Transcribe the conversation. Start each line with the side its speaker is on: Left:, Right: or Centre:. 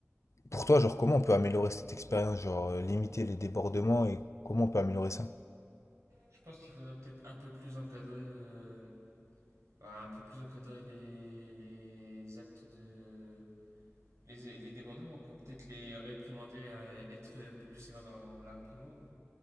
Left: pour toi, genre, comment on peut améliorer cette expérience? Genre, euh, limiter les débordements et comment on peut améliorer ça?
Right: Je pense qu'il faudrait peut-être un peu plus encadrer, euh, bah, un peu plus encadrer les, les actes de. Les, les débordements, quoi. Peut-être les réprimander, euh, être plus sévère dans la réprimande.